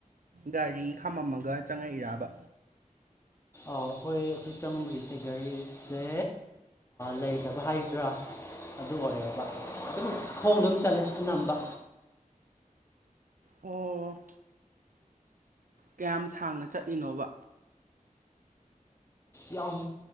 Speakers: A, on the right; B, on the left.
A: ꯒꯥꯔꯤ ꯈꯥꯝꯃꯝꯃꯒ ꯆꯪꯉꯛꯏꯔꯕ
B: ꯑꯩꯈꯣꯏ ꯑꯁꯤ ꯆꯪꯕꯒꯤꯁꯦ ꯒꯥꯔꯤꯁꯦ ꯂꯩꯇꯕ ꯍꯥꯏꯗ꯭ꯔꯥ ꯑꯗꯨ ꯑꯣꯏꯔꯕ ꯑꯗꯨꯝ ꯈꯣꯡ ꯑꯗꯨꯝ ꯆꯠꯂꯦ ꯑꯅꯝꯕ
A: ꯑꯣ ꯀꯌꯥꯝ ꯁꯥꯡꯅ ꯆꯠꯂꯤꯅꯣꯕ
B: ꯌꯥꯝ